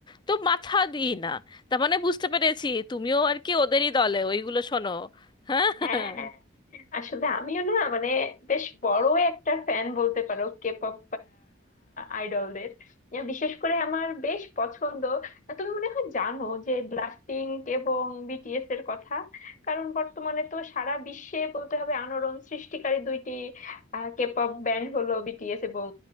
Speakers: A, on the left; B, on the left.
A: তো মাথা দিই না তার মানে বুঝতে পেরেছি তুমিও আর কি ওদেরই দলে ওইগুলো শোনো হ্যাঁ
B: হ্যাঁ আসলে আমিও না মানে বেশ বড় একটা ফ্যান বলতে পারো কে পপ আইডলদের আহ, বিশেষ করে আমার বেশ পছন্দ তুমি মনে হয় জানো যে ব্লাস্টিং এবং বিটিএস এর কথা কারণ বর্তমানে তো সারা বিশ্বে বলতে হবে আলোড়ন সৃষ্টিকারী দুইটি কে পপ ব্যান্ড হলো বিটিএস এবং